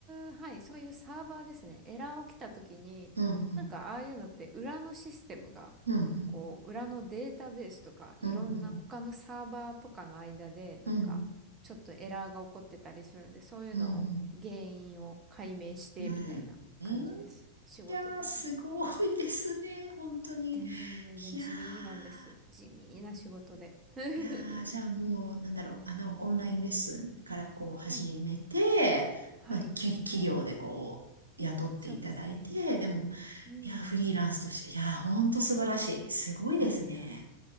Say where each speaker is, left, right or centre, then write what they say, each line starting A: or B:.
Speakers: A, on the right; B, on the right.
A: う、はい、そういうサーバーですね、エラー起きた時に、
B: うんうん
A: なんかああいうのって裏のシステムが、
B: うん、
A: こう、裏のデータベースとか、いろんな他のサーバーとかの間で、
B: うん、うん、
A: なんか、
B: うん、うん、
A: ちょっとエラーが起こってたりするんで、そういうのを、
B: うん。うん。
A: 原因を解明してみたいな感じです。
B: うんうん
A: 仕事的には。
B: いやー、すごいですね。本当に。
A: 全然全然地味なんです。
B: いやー、
A: 地味な仕事で。<laughs>
B: いやー、じゃあもう、なんだろう、あの、オンラインレッスンからこう始めて、
A: はい。はい。
B: まあ、き、企業でこう、雇っていただいて、
A: そうですね。
B: でも、
A: うん。
B: いやー、フリーランスとして、いやー、本当素晴らしい。すごいですね。
A: いやいや、